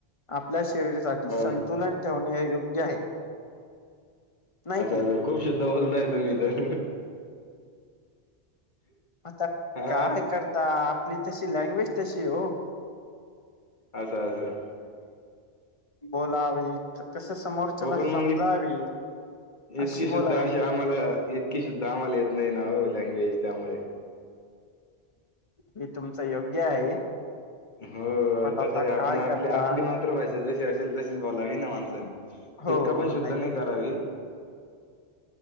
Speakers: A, on the left; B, on the left.
A: आपल्या शरीरासाठी
B: हो,
A: संतुलन ठेवणे योग्य आहे नाही
B: असंं
A: की
B: खूप शुद्धा बोलताय तुम्ही तर
A: आता
B: हा
A: काय करता आपली तशी लँग्वेज तशी हो
B: असं असं
A: बोलावा समोरच्याला
B: हो पण
A: समजावी
B: मग इत- इतकी
A: अशी बोलावी
B: शुद्ध अशी
A: ना
B: आम्हाला इतकी शुद्ध आमला येत नाही ओ लँग्वेज त्यामुळे
A: हे तुमचं योग्य आहे
B: हो
A: पण आता
B: कसं आहे आपण
A: काय
B: आपली
A: करता
B: आपली मातृभाषा ज असेल तशीच बोलावी ना माणसानी
A: हो
B: तितका
A: हो
B: पण शुद्ध नाही करावी